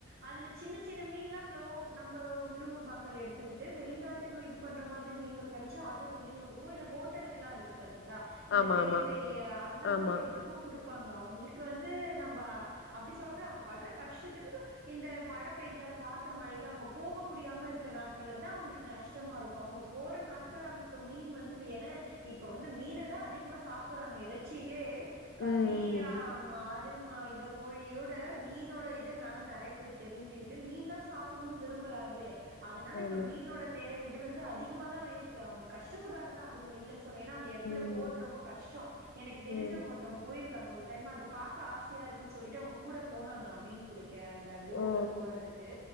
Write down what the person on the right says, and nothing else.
அதுல சின்ன சின்ன மீன்லா லோ நம்ப உள்ளூர் மக்கள் எடுத்துக்கிட்டு வெளிநாட்டுக்கு இது பண்ற மாதிரி மீன்கள் கெடச்சா அதை வெளியூர்க்கோ இல்ல ஹோட் டலுக்குலா இருக்கு பாத்தீங்ளா இந்த
பெரிய
பெரிய அந்த
மாரி எடத்துக்கு குடுத்து ப்பாங்க அவுங்களுக்கு வந்து நம்ப அப்டி சொல்ல முடியாது அவுங்க பட்ற கஷ்டத்துக்கு இந்த மழ பெய்ஞ்சா காத்து மழைல அவுங்க போக முடியாம இருக்க நாட்கள்ல தா அவுங்களுக்கு நஷ்டமாருக்கு அவுங்கப் போற நாட்கள் அவுங்களுக்கு மீன் வந்து வி என இப்ப வந்து மீன தா அதிகமா சாப்புடுறாங்க இறச்சிலே கறி
ஆ மாடு மா இதக் கோழியோட மீனோட இத நால்லா நெறைய பேர் தெரிஞ்சுக்கிட்டு மீன் தா சாப்புடணும்னு விரும்புறாங்களே அதனால
இப்ப மீனோட தே இது வந்து அதிகமாதா ஆயிருக்கு அவங்க கஷ்டப்பட்றாங்கதா அதுவுயே சொல்லு ஏன்னா அந்த எடத்துல
போறது ரொம்ப கஷ்டோ எனக்கு
தெரிஞ்சவங்க ஒருத் ஒருத்தவங்க போயிருக்காங்க ஒரு டைம் அத பாக்க ஆசையா இருக்குன்னு சொல்லிட்டு அவங்க கூட போனாங்களா மீன் புடிக் க்க அந்த போட்ல
போறதுக்கு